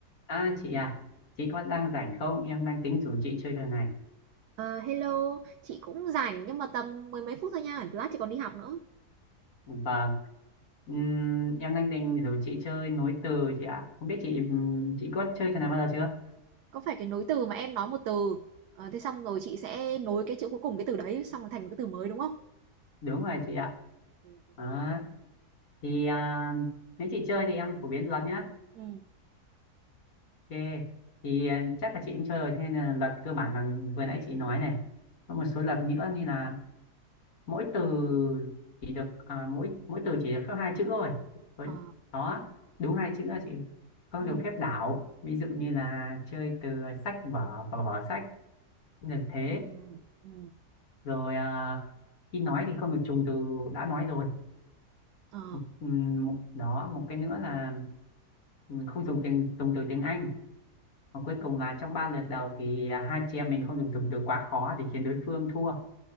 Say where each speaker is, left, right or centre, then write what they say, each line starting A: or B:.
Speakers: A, on the left (about 60°); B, on the right (about 90°).
A: À chị à, chị có đang rảnh không? Em đang tính rủ chị chơi trò này.
B: Ờ, hello, chị cũng rảnh nhưng mà tầm mười mấy phút thôi nha, lát chị còn đi học nữa.
A: Vâng, Ừm, em đang định rủ chị chơi nối từ chị ạ. Không biết chị ừm, chị có chơi trò này bao giờ chưa?
B: Có phải cái nối từ mà em nói một từ, ờ, thế xong rồi chị sẽ nối cái chữ cuối cùng cái từ đấy xong rồi thành một cái từ mới đúng không?
A: Đúng rồi chị ạ.
B: Ok ok.
A: Đó. Thì à,
B: Được.
A: nếu chị chơi thì em phổ biến lắm nhá.
B: ừ
A: Ok, thì à, chắc là chị cũng chơi rồi. Thế nên là luật cơ bản là vừa nãy chị nói này. Có một số luật nữa như là mỗi từ chỉ được à, mỗi mỗi từ chỉ được phép hai chữ thôi rồi
B: Ờ,
A: đó đúng hai chữ là chị không
B: ừ
A: được phép đảo ví dụ như là chơi từ sách vở và vở sách không được thế
B: ừ, ừ,
A: rồi à, khi nói thì không được trùng từ đã nói rồi
B: ờ,
A: Ừm, một- đó một cái nữa là ừm, không dùng tiếng dùng từ tiếng Anh và cuối
B: ok.
A: cùng là trong ba lượt đầu thì à, hai chị em mình không được dùng từ quá khó để khiến đối phương thua